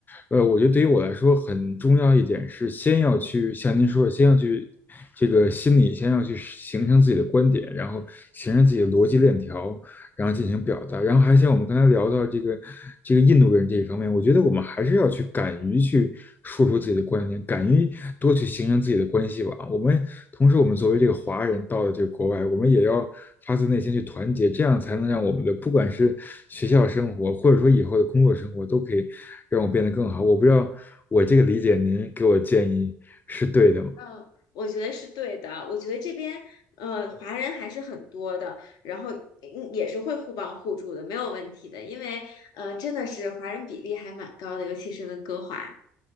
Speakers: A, on the left (about 25°); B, on the left (about 65°).
A: 呃，我觉得对于我来说很重要一点是，先要去像您说的，先要去这个心里，先要去形成自己的观点，然后形成自己的逻辑链条，然后进行表达。然后还像我们刚才聊到这个这个印度人这一方面，我觉得我们还是要去敢于去说出自己的观点，敢于多去形成自己的关系网。我们同时，我们作为这个华人到了这个国外，
B: 嗯，
A: 我们也要发自内心去团结，这样才能让我们的不管是学校生活，或者说以后的工作生活，都可以让我变得更好。我不知道我这个理解，您给我建议是对的吗？
B: 嗯我觉得是对的。我觉得这边呃，华人还是很多的，然后嗯也是会互帮互助的，没有问题的。因为呃，真的是华人比例还蛮高的，尤其是温哥华。